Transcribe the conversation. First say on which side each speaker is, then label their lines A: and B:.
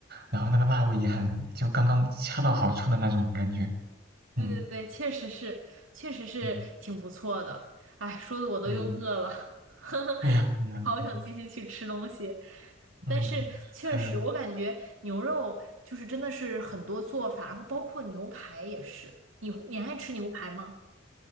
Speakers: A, on the right (about 50°); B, on the right (about 85°).
A: 然后那个辣味也很，就刚刚恰到好处的那种感觉。嗯
B: 对对对，确实是，确实是挺不错的。
A: 嗯，
B: 哎，说的我都又饿了，
A: 对，
B: <laughs> 呵呵，
A: 对呀对呀，
B: 好想继续去吃东西。
A: 嗯嗯，
B: 但是确实，
A: 还有。
B: 我感觉牛肉就是真的是很多做法，然后包括牛排也是。你你爱吃牛排吗？